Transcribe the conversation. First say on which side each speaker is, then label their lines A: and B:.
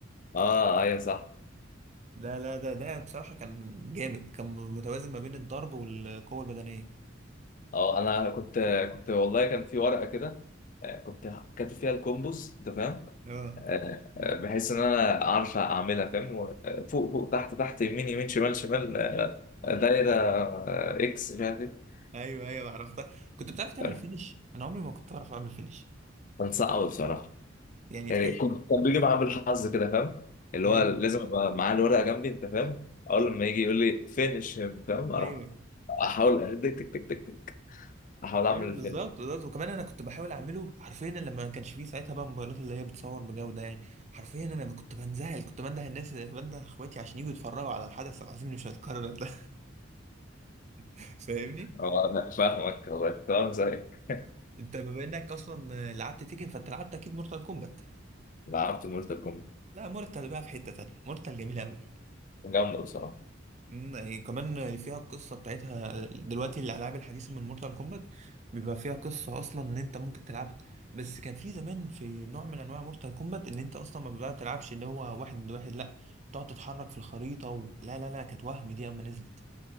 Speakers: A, on the left (about 40°); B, on the right (about 35°).
A: آه أيوة صح
B: لا لا ده ده بصراحة كان جامد كان متوازن ما بين الضرب والقوة البدنية
A: أه أنا كنت كنت والله كان في ورقة كده آه، كنت كاتب فيها الكومبوز أنت فاهم
B: اه
A: آه، آه، بحيث إن أنا أعرف أعملها فاهم و- آه، فوق فوق تحت تحت يمين يمين شمال شمال آه، دايرة آه، إكس مش عارف إيه
B: ايوه ايوه عرفتها كنت بتعرف تعمل
A: آه،
B: فينش انا عمري ما كنت اعرف اعمل فينش
A: كان صعب بصراحة
B: يعني
A: يعني
B: تحس
A: كنت
B: <laughs>
A: كان بيجي معاه بالحظ كده فاهم اللي
B: مم.
A: هو لازم ابقى معاه الورقه جنبي انت فاهم اول ما يجي يقول لي فينش هيم فاهم اروح
B: ايوه
A: احاول تك تك تك تك تك احاول
B: ايوه
A: اعمل الفينش
B: بالظبط بالظبط وكمان انا كنت بحاول اعمله حرفيا لما ما كانش فيه ساعتها بقى موبايلات اللي هي بتصور بجودة يعني حرفيا انا كنت بنزعل كنت بنده الناس بنده اخواتي عشان يجوا يتفرجوا على الحدث العظيم اللي مش هيتكرر ده <laughs> فاهمني
A: هو أنا فاهمك والله تمام زيك
B: انت بما انك اصلا لعبت تيكن فانت لعبت اكيد مورتال كومبات
A: لعبت مورتال كومبات
B: لا مورتال بقى في حتة تانية مورتال جميلة قوي
A: جامده بصراحه
B: مم، يعني كمان فيها القصة بتاعتها دلوقتي الالعاب الحديثة من مورتال كومبات بيبقى فيها قصة اصلا ان انت ممكن تلعبها بس كان في زمان في نوع من انواع مورتال كومبات ان انت اصلا ما بقى بتلعبش اللي هو واحد ضد واحد لا تقعد تتحرك في الخريطة و... لا لا لا كانت وهم دي اما نزلت